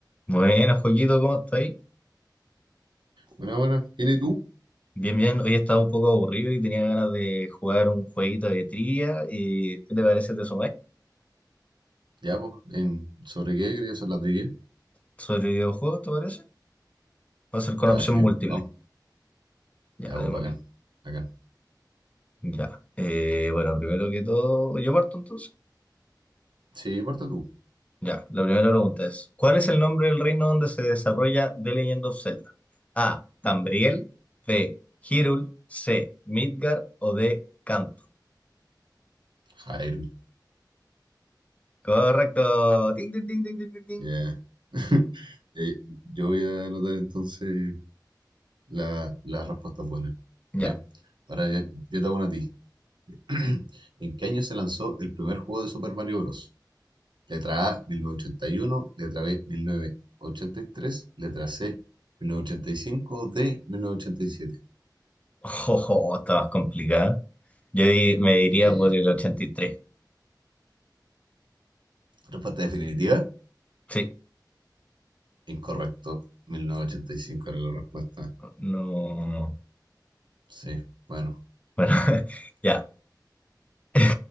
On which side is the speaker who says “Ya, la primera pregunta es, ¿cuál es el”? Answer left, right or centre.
Left